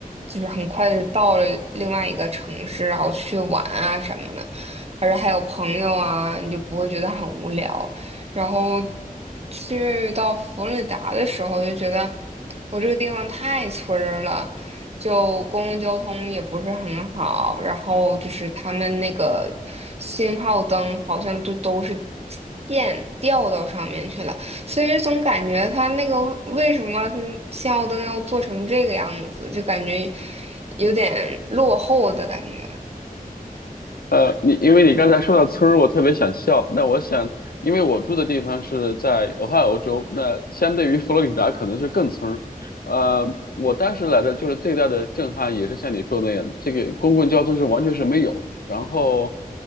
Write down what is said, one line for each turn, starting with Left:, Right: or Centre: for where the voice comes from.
Right: 就是很快就到了另外一个城市，然后去玩啊什么的，而且还有朋友啊，你就不会觉得很无聊。然后去到佛罗里达的时候，就觉得我这个地方太村儿了。就公共交通也不是很好，然后就是他们那个信号灯好像都都是线掉到上面去了，所以就总感觉他那个为什么他信号灯要做成这个样子，就感觉有点落后的感觉。
Left: 呃，你因为你刚才说到村儿，我特别想笑。那我想，因为我住的地方是在俄亥俄州，那相对于佛罗里达可能是更村儿。呃，我当时来的就是最大的震撼，也是像你说的那样，这个公共交通是完全是没有，然后